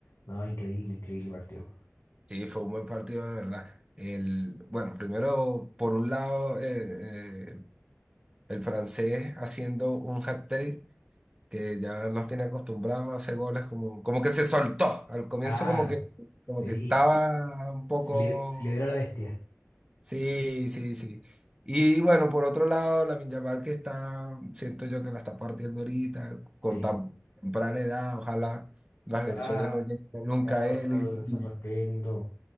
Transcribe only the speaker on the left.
no, increíble, increíble partido.
Claro,
sí.
Se, libe- se liberó la bestia.
Sí.
Ojalá,
claro,
ojalá se
respeten y todo.